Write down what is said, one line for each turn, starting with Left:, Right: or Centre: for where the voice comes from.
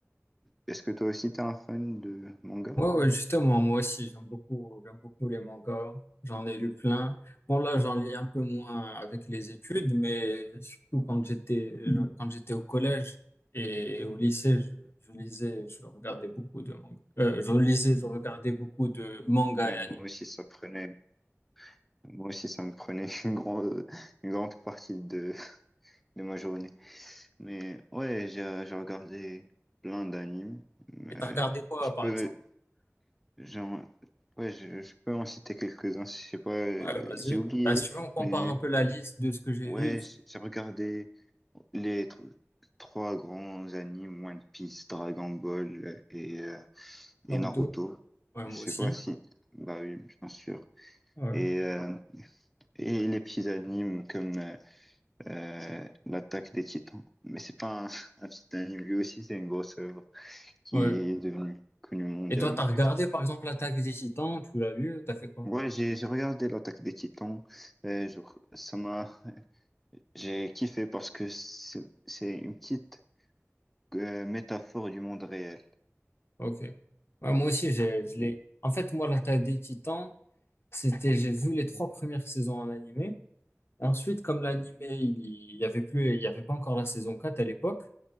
Centre: Est-ce que toi aussi t'es un fan de manga?
Left: Ouais, ouais, justement, moi aussi, j'aime beaucoup, j'aime beaucoup les mangas. J'en ai lu plein. Bon, là, j'en lis un peu moins avec les études, mais surtout quand j'étais, euh, quand j'étais au collège et au lycée, je, je lisais, je regardais beaucoup de mangas. Euh, je lisais, je regardais beaucoup de mangas
Centre: Ouais,
Left: et
Centre: moi
Left: animes.
Centre: aussi ça prenait, moi aussi ça me prenait <laughs> une grande, une grande partie de, de ma journée. Mais ouais, j'ai j'ai regardé plein d'animes. Mais
Left: Et t'as regardé quoi,
Centre: Je
Left: par
Centre: peux,
Left: exemple?
Centre: j'en- ouais, je, je peux en citer quelques-uns. Je sais pas, euh,
Left: Ouais, vas-y.
Centre: j'ai oublié,
Left: Bah, si tu veux, on compare
Centre: mais
Left: un peu la liste de ce que j'ai
Centre: Ouais,
Left: vu.
Centre: j'ai j'ai regardé les tr- trois grands animes, One Piece, Dragon Ball et, euh, et
Left: Naruto.
Centre: Naruto.
Left: Ouais, moi
Centre: Je sais
Left: aussi.
Centre: pas si, bah oui, bien sûr.
Left: Ouais.
Centre: Et, euh, et les petits animes comme euh, euh, l'Attaque des Titans. Mais c'est pas un, <laughs> un petit anime, lui aussi c'est une grosse œuvre qui
Left: Ouais,
Centre: est devenue connue mondialement.
Left: Et toi, t'as regardé par exemple l'attaque des Titans, tu l'as lu, t'as fait quoi?
Centre: Ouais, j'ai j'ai regardé l'Attaque des Titans. euh, genre, ça m'a, <laughs> j'ai kiffé parce que c'est c'est une petite Euh, métaphore du monde réel.
Left: Ok. Ouais, moi aussi, j'ai, je l'ai. En fait, moi, l'attaque des Titans, c'était, j'ai vu les trois premières saisons en animé. Ensuite, comme l'animé, il il y avait plus, il y avait pas encore la saison 4 à l'époque,